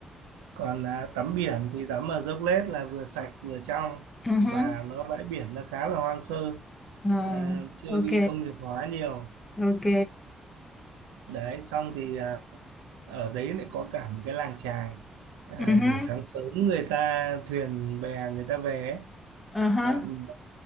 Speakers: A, on the right (about 80°); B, on the left (about 25°).
A: còn à, tắm biển thì tắm ở Dốc Lết là vừa sạch vừa trong
B: ừ hứ.
A: mà nó bãi biển nó khá là hoang sơ
B: Ờ,
A: à, chưa
B: ok
A: bị công nghiệp hóa nhiều
B: ok
A: đấy xong thì à, ở đấy lại có cả một cái làng chài à,
B: ừ hứ,
A: buổi sáng sớm người ta thuyền bè người ta về ấy.
B: ờ hả.
A: bạn